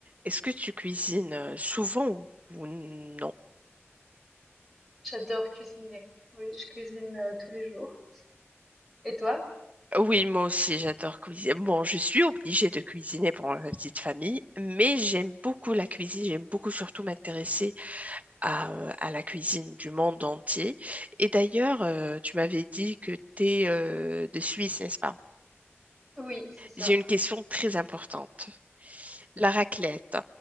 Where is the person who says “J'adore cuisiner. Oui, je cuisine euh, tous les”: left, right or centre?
Centre